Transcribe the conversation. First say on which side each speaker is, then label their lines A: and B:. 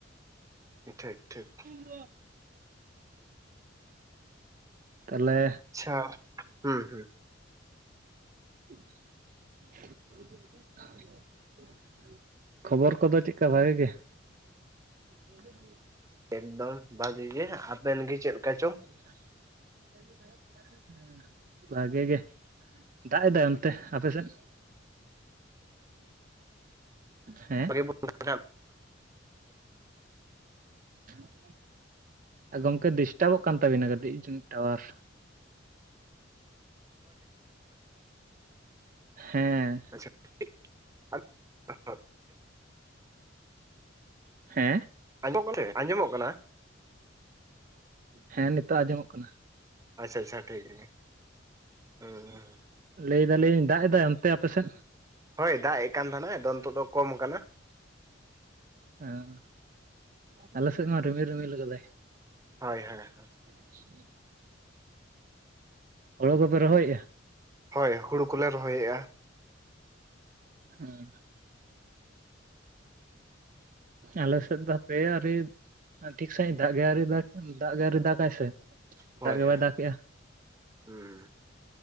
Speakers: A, on the right (about 15°); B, on the right (about 45°).
A: ᱴᱷᱤᱠ ᱴᱷᱤᱠ
B: ᱦᱮ ᱛᱟᱦᱚᱞᱮ
A: ᱟᱪᱪᱷᱟ ᱦᱩᱸ ᱦᱩᱸ
B: <inaudible> ᱠᱷᱚᱵᱚᱨ ᱠᱚᱫᱚ ᱪᱮᱜᱠᱟ ᱵᱷᱟᱜᱤ ᱜᱮ <unintelligible>
A: ᱮᱠᱫᱚᱢ ᱵᱷᱟᱜᱤ ᱜᱮ ᱦᱟᱸᱜ ᱟᱵᱮᱱ ᱜᱮ ᱪᱮᱫ ᱞᱮᱠᱟ ᱪᱚ
B: <inaudible> ᱦᱮ ᱵᱷᱟᱜᱮ ᱜᱮ ᱫᱟᱜ ᱮᱫᱟᱭ ᱚᱱᱛᱮ ᱟᱯᱮ ᱥᱮᱫ? ᱦᱮᱸ
A: <inaudible>
B: <inaudible> ᱟᱹ ᱜᱚᱢᱠᱮ ᱰᱤᱥᱴᱟᱵᱚᱜ ᱠᱟᱱ ᱛᱟᱵᱤᱱᱟ ᱠᱟᱹᱴᱤᱡ ᱡᱟᱹᱱᱤᱡ ᱴᱟᱣᱟᱨ ᱦᱮᱸ
A: <inaudible>
B: ᱦᱮᱸ
A: ᱟᱸᱡ ᱟᱸᱡᱚᱢᱚᱜ ᱠᱟᱱᱟ
B: ᱦᱮᱸ ᱱᱤᱛᱳᱜ ᱟᱸᱡᱚᱢᱚᱜ ᱠᱟᱱᱟ
A: ᱟᱪᱪᱷᱟ ᱟᱪᱪᱷᱟ ᱴᱷᱤᱠ ᱜᱮ ᱦᱩᱸ
B: ᱞᱟᱹᱭᱫᱟᱞᱤᱧ ᱫᱟᱜ ᱮᱫᱟᱭ ᱚᱱᱛᱮ ᱟᱯᱮᱥᱮᱫ
A: ᱦᱚᱭ ᱫᱟᱼᱮᱜ ᱠᱟᱱ ᱛᱟᱦᱮᱸᱱᱟᱭ ᱟᱫᱚ ᱱᱤᱛᱚᱜ ᱫᱚ ᱠᱚᱢ ᱠᱟᱱᱟ,
B: ᱦᱮᱸ ᱟᱞᱮ ᱥᱮᱫ ᱦᱚᱸ ᱨᱤᱢᱤᱞ ᱨᱤᱢᱤᱞ ᱠᱟᱫᱟᱭ
A: ᱦᱚᱭ ᱦᱚᱭ ᱦᱚᱭ
B: ᱦᱮᱸ ᱦᱳᱲᱳ ᱠᱚᱯᱮ ᱨᱚᱦᱚᱭᱮᱜᱼᱟ?
A: ᱦᱚᱭ ᱦᱩᱲᱩ ᱠᱚᱞᱮ ᱨᱚᱦᱚᱭᱮᱜᱼᱟ
B: ᱦᱮᱸ ᱟᱞᱮ ᱥᱮᱫ ᱫᱚ ᱦᱥᱯᱮ ᱟᱹᱨᱤ ᱴᱷᱤᱠ ᱥᱟᱸᱦᱤᱡ ᱫᱟᱜ ᱜᱮ ᱟᱹᱨᱤ ᱫᱟᱜ ᱫᱟᱜ ᱜᱮ ᱟᱹᱨᱤ ᱫᱟᱜᱟᱭ ᱥᱮ,
A: ᱦᱳᱭ
B: ᱫᱟᱜ ᱜᱮ
A: ᱦᱳᱭ
B: ᱵᱟᱭ ᱫᱟᱜᱮᱜᱼᱟ
A: ᱦᱩᱸ